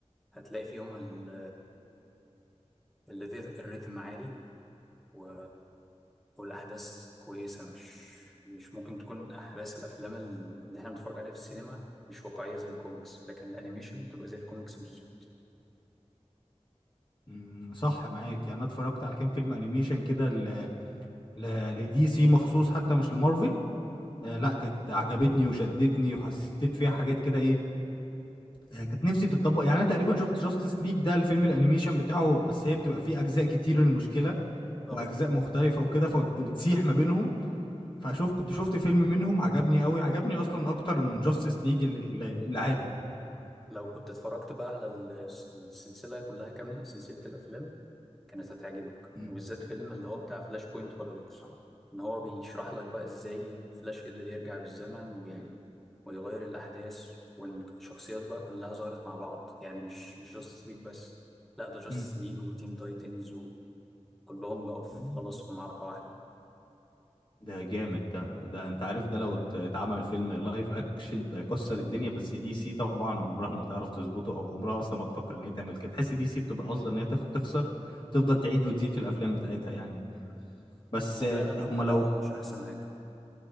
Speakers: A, in the centre; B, on the left.
A: هتلاقي فيهم ال... ال- الريتم عالي و... والأحداث كويسة مش مش ممكن تكون أحداث الأفلام اللي احنا بنتفرج عليها في السينما مش واقعية زي الكوميكس لكن الأنيميشن بتبقى زي الكوميكس بالظبط
B: مم، صح معاك يعني انا اتفرجت على كام فيلم انيميشن كده ل- ل- لدي سي مخصوص حتى مش لمارفل آه، لا كانت عجبتني وشدتني وحسيت فيها حاجات كده ايه يعني كانت نفسي تتطبق يعني انا تقريبا شفت جاستس ليج ده الفيلم الانيميشن بتاعه بس هي بتبقى فيه اجزاء كتير المشكله
A: اه
B: واجزاء مختلفه وكده فبتسيح ما بينهم فشوف كنت شفت فيلم منهم عجبني قوي عجبني اصلا اكتر من جاستس ليج العادي
A: لو كنت اتفرجت بقى على ال- السلسلة كلها كاملة سلسلة الأفلام كانت هتعجبك
B: م-
A: وبالذات فيلم اللي هو بتاع فلاش بوينت بارادوكس إن هو بيشرح لك بقى إزاي فلاش قدر يرجع بالزمن وي... ويغير الأحداث وإن الشخصيات بقى كلها ظهرت مع بعض يعني مش مش جاستس ليج بس لا ده جاستس
B: م-
A: ليج وتين تايتنز وكلهم بقوا في
B: مم.
A: خلاص في معركة واحدة
B: ده جامد ده ده انت عارف ده لو ات- اتعمل فيلم لايف اكشن ده هيكسر الدنيا بس دي سي طبعا عمرها ما تعرف تظبطه او عمرها اصلا ما تفكر ان هي تعمل كده تحس دي سي بتبقى قاصده ان هي تخ- تخسر تفضل تعيد وتزيد في الافلام بتاعتها يعني بس
A: هما فعلا
B: هم
A: أدائهم
B: لو
A: مش أحسن حاجة